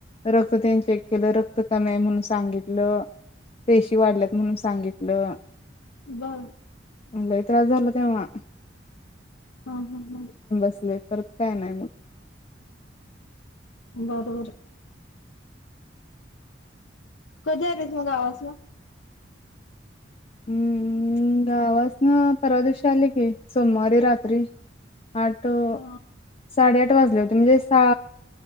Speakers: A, on the left; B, on the left.
A: रख तर त्यांनी चेक केलं रक्त कमी आहे म्हणून सांगितलं पेशी वाढल्यात म्हणून सांगितलं
B: ब
A: लई त्रास झाला तेव्हा!
B: ह ह ह
A: असल्या तर काय नाही मग
B: बरोबर कधी आलीस मग गावासना
A: हम्म गावासन परवा दिवशी आली कि सोमवारी रात्री आठ तो
B: अ
A: साडे आठ आठ वाजले होते म्हणजे सा